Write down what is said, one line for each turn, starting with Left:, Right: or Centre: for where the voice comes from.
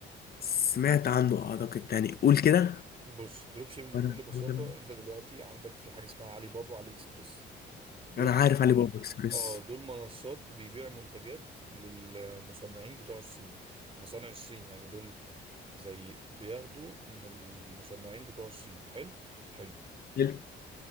Left: سمعت عنه اعتقد تاني قول كده
Right: بص دروب شيبنج
Left: وانا
Right: بكل بساطة
Left: هو ده من-
Right: انت دلوقتي عندك في حاجة اسمها علي بابا وعلي اكسبريس دول
Left: انا عارف علي بابا اكسبريس
Right: اه دول منصات بيبيع منتجات للمصنعين بتوع الصين مصانع الصين يعني دول زي بياخدوا من المصنعين بتوع الصين حلو حلو
Left: حلو.